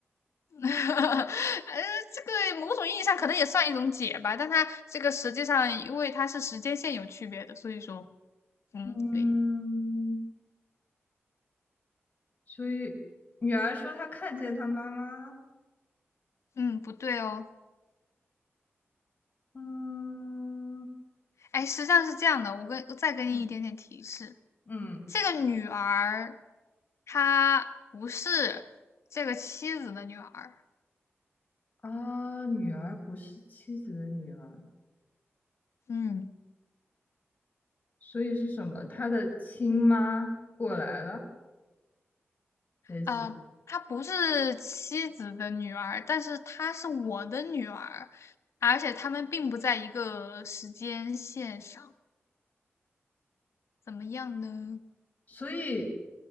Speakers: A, on the left (about 85°); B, on the left (about 35°).
A: <laughs> 呃，这个某种意义上可能也算一种解吧，但它这个实际上，因为它是时间线有区别的，所以说，嗯，
B: 嗯，
A: 对，
B: 所以女儿说她看见她妈妈了。
A: 嗯，不对哦。
B: 嗯
A: 哎，实际上是这样的，我跟我再给你一点点提示，
B: 嗯嗯
A: 这个女儿她不是这个妻子的女儿，
B: 啊，女儿不是妻子的女儿，
A: 嗯，
B: 所以是什么？她的亲妈过来了，类似。
A: 呃，她不是妻子的女儿，但是她是我的女儿，而且她们并不在一个时间线上，怎么样呢？
B: 所以